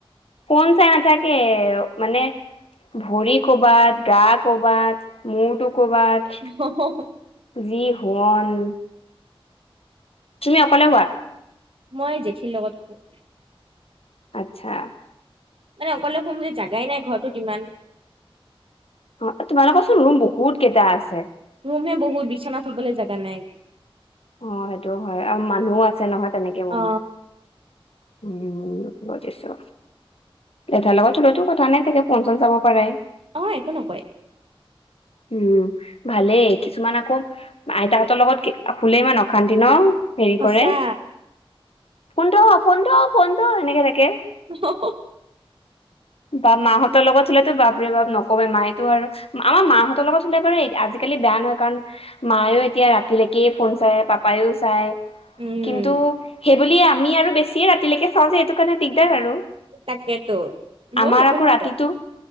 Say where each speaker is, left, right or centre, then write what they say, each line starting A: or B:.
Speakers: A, on the left; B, on the right.
A: ফোন চাই নাথাকে মানে ভৰি কবাত, গা কবাত, মূৰটো কবাত
B: হ হ হ
A: জি শুৱন তুমি অকলে শুৱা
B: মই জেঠীৰ লগত শুও
A: আচ্ছা।
B: মানে অকলে শুম যে জাগাই নাই ঘৰটোত যিমান
A: অ তোমালোকৰ চোন ৰুম বহুত কেইটা আছে।
B: ৰুম হে বহুত বিচনা থবলে জাগা নাই।
A: অ সেইটো হয় আৰু মানুহো আছে নহয় তেনেকে বহুত।
B: অ
A: উম বুজিছো। <unintelligible> লগতলতো <unintelligible> কথা নাই চাগে ফোন চোন চাব পাৰে।
B: অ একো নকয়।
A: উম ভালেই কিছুমান আকৌ আইতাহঁতৰ লগত শুলে ইমান অশান্তি ন হেৰি
B: সঁচা
A: কৰে ফোন থ ফোন থ ফোন থ এনেকে থাকে।
B: অহ হ, হ, হ।
A: বাপ মাহঁতৰ লগত শুলেতো বাপ ৰে বাপ নকবাই মায়েতো আৰু আমাৰ মাহঁতৰ লগত শুলে বাৰু আজি-কালি বেয়া নহয় কাৰণ মায়েও এতিয়া ৰাতিলৈকে ফোন চাই পাপায়ো চাই
B: উম
A: কিন্তু সে বুলি আমি আৰু বেছিয়ে ৰাতিলৈকে চাওঁ যে এইটো কাৰণে দিগদাৰ আৰু।
B: তাকেতো মোক
A: আমাৰ
B: একো
A: আকৌ
B: নকয়।
A: ৰাতিটো